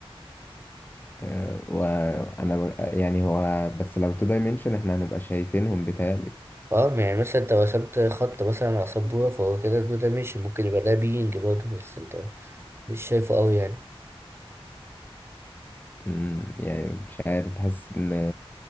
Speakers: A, on the left (about 20°); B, on the right (about 25°).
A: آه، وأنا ب- يعني هو بس لو تو دايمنشن إحنا هنبقى شايفينهم بيتهيألي
B: اه يعني مثلا انت رسمت خط مثلا على سبورة فهو كده تو دايمنشن ممكن يبقى ده بينج برضه بس انت مش شايفه قوي يعني
A: أمم، يعني مش عارف بحس إن